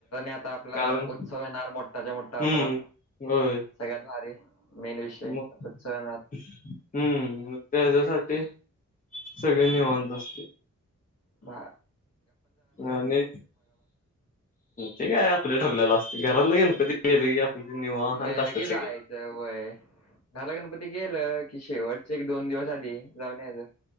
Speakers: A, on the left; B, on the left.
A: आता आपला
B: कारण
A: उत्सव येणार मोठाचा मोठा आपला
B: हम्म होय
A: सगळ्यात भारी मेन विषय
B: मग
A: उत्सव येणार
B: हम्म त्याच्यासाठी ते सगळे निवांत असतील
A: बा
B: आणि ते काय आपले ठरलेला घरातला गणपती <inaudible> निवांत
A: गेलं
B: असतात
A: की
B: सगळे.
A: जायचं व्हय दहाला गणपती गेल की शेवटचे एक दोन दिवस आधी जाऊन यायचं